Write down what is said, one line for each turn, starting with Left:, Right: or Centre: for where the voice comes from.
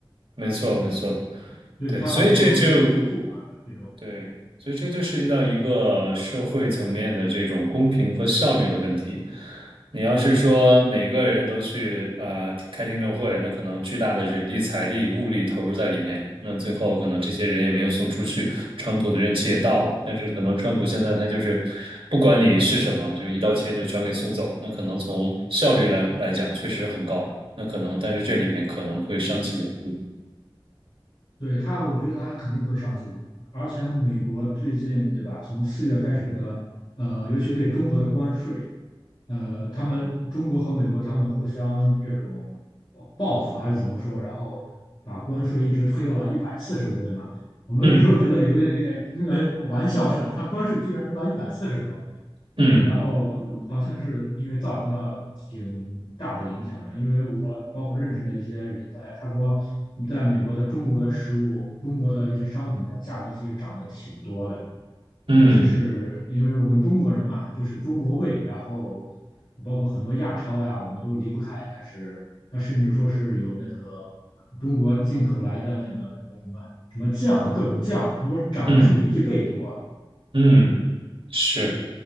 Right: 没错没错，
Left: 对，
Right: 对，
Left: 他要寻求政治庇护啊，
Right: 所以这就
Left: 这种。
Right: 对，所以这就涉及到一个社会层面的这种公平和效率的问题。你要是说每个人都去啊、呃开听证会，那可能巨大的人力、财力、物力投入在里面，那最后可能这些人也没有送出去，川普的任期也到了，但是可能川普现在他就是不管你是什么，就一刀切就全给送走，那可能从效率来来讲确实很高，那可能但是这里面可能会伤其稳定。
Left: 对他，我觉得他肯定会上进无敌而且美国最近，对吧？从四月开始的，呃，尤其对中国的关税，呃，他们中国和美国他们互相这种报复还是怎么说？然后把关税一直推到了一百四十多，对吧？我们有时候觉得有点有点那个玩笑似的，
Right: 嗯
Left: 他关税居然能到一百四十多，
Right: 嗯
Left: 然后好像是因为造成了挺大的影响的，因为我包括认识的一些人在，他说，在美国的中国的食物，中国的一些商品的价格其实涨得挺多的，
Right: 嗯
Left: 尤其是因为我们中国人嘛，就是中国胃，然后包括很多亚超呀，我们都离不开，但是它甚至说是有那个中国进口来的那个那个什么什么酱啊，各种酱，他说涨了甚至一倍多。
Right: 嗯嗯，是。